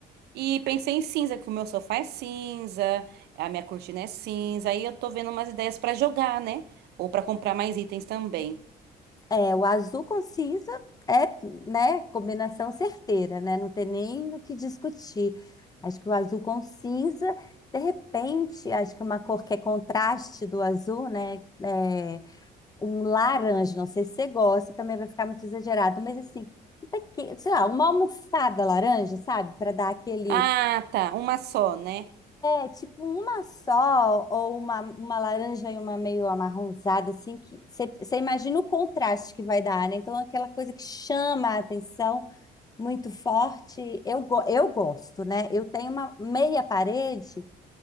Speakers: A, on the right (about 75°); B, on the left (about 20°).
A: E pensei em cinza, que o meu sofá é cinza, a minha cortina é cinza. Aí eu tô vendo umas ideias pra jogar, né? Ou pra comprar mais itens também.
B: É, o azul com cinza é, né, combinação certeira, né? Não tem nem o que discutir. Acho que o azul com cinza, de repente, acho que uma cor que é contraste do azul, né? É, um laranja, não sei se você gosta, também vai ficar muito exagerado, mas assim, um pequeno, sei lá, uma almofada laranja, sabe? Para dar aquele
A: Ah, tá, uma só, né?
B: é tipo uma só, ou uma, uma laranja e uma meio amarronzada, assim, que você imagina o contraste que vai dar, né? Então, aquela coisa que chama a atenção muito forte. Eu, go- eu gosto, né? Eu tenho uma meia parede